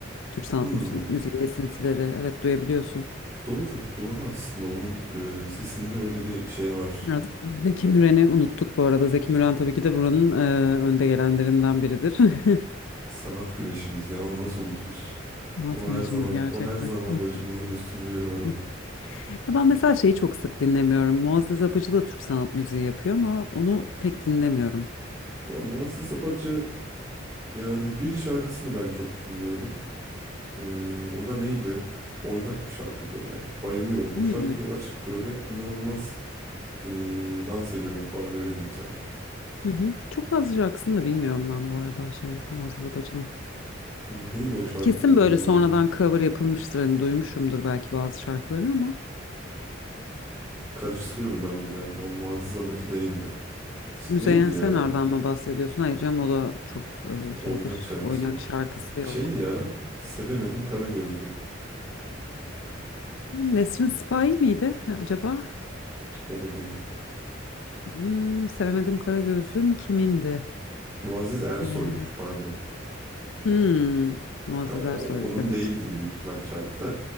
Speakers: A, on the left; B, on the right.
A: Türk sanat
B: Hmm,
A: müziği, müziği esintileri. Evet duyabiliyorsun.
B: doğru, doğru aslında. Onun e, sesinde öyle bir şey var.
A: Biraz Zeki Müren'i unuttuk bu arada. Zeki Müren tabii ki de buranın e, önde gelenlerinden biridir. <laughs>
B: Sanat güneşimiz ya. Onu nasıl unuturuz?
A: Sanat
B: O
A: güneşimiz
B: her zaman,
A: gerçekten.
B: o her zaman
A: Hı,
B: başımızın üstünde yeri var onun.
A: hı. Ya ben mesela şeyi çok sık dinlemiyorum. Muazzez Apıcı da Türk sanat müziği yapıyor ama onu pek dinlemiyorum.
B: Ya Muazzez Abacı yani bir şarkısını ben çok dinliyorum. E, o da neydi? Oynak bir şarkı böyle. Bayılıyorum. O
A: Hmm.
B: şarkıyı açıp böyle inanılmaz e, dans ediyorum falan öyle diyeyim sana.
A: Hı hı. Çok fazla şarkısını da bilmiyorum ben bu arada şeyin Nazlı Babacı'nın.
B: E, neydi o şarkının
A: Kesin böyle
B: adı
A: sonradan
B: ya?
A: cover yapılmıştır hani duymuşumdur belki bazı şarkılarını ama
B: Karıştırıyorum ben onu galiba. O Muazzez Abacı değildi.
A: Müzeyyen
B: Neydi ya?
A: Senar'dan mı bahsediyorsun? Hayır canım o da çok e,
B: Oynak
A: şeydir
B: şarkısı
A: oynak
B: yoktur.
A: şarkısı
B: Şey
A: yok.
B: ya. Sevemedim kara gözlüm.
A: Nesrin Sipahi miydi acaba?
B: O da değil.
A: Hmm, Sevemedim Kara Gözlüm kimindi?
B: Muazzez Ersoy'muş
A: Ee,
B: pardon.
A: hmm, Muazzez
B: Ya o,
A: Ersoy
B: onun
A: evet.
B: değildir büyük ihtimalle şarkı da.